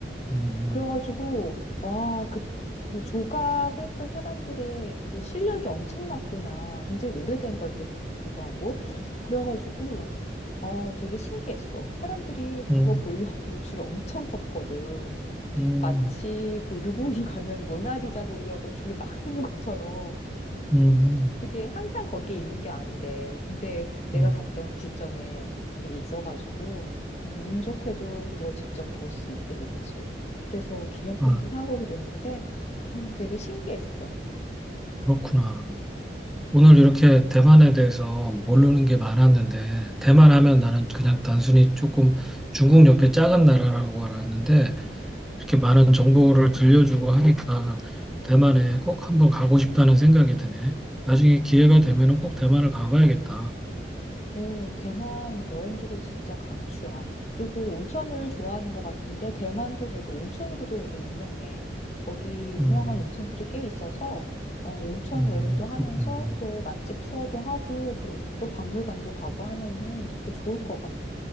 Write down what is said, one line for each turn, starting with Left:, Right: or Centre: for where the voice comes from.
Centre: 음,
Left: 그래가지고, 와, 그, 그 조각했던 사람들의 그 실력이 엄청났구나. 굉장히 오래된 걸 때도 불구하고. 그래가지고, 어, 되게 신기했어. 사람들이 그거
Centre: 음,
Left: 보려고 <laughs> 줄 엄청 섰거든.
Centre: 음,
Left: 마치 그 루브르 가면 모나리자 보려고 줄 막 쓰는 것처럼.
Centre: 음,
Left: 그게 항상 거기에 있는 게 아니래. 근데 내가
Centre: 음.
Left: 갔던 그 시점에 거기 있어가지고, 음, 운 좋게도 그걸 직접 볼 수 있게 됐지. 그래서 기념품도
Centre: 아,
Left: 사고 그랬는데, 음, 되게 신기했어.
Centre: 그렇구나. 오늘 이렇게 대만에 대해서 모르는 게 많았는데, 대만 하면 나는 그냥 단순히 조금 중국 옆에 작은 나라라고 알았는데, 이렇게 많은 정보를 들려주고 하니까 대만에 꼭 한번 가고 싶다는 생각이 드네. 나중에 기회가 되면은 꼭 대만을 가봐야겠다.
Left: 오, 대만 여행지로 진짜 강추야. 그리고 온천을 좋아하는 것 같은데, 대만도 되게 온천으로도 되게 유명해. 거기 유명한
Centre: 음,
Left: 온천들이 꽤 있어서, 어, 온천
Centre: 음,
Left: 여행도 하면서
Centre: 그렇구나.
Left: 또 맛집 투어도 하고, 그리고 또 박물관도 가고 하면은 되게 좋을 것 같아.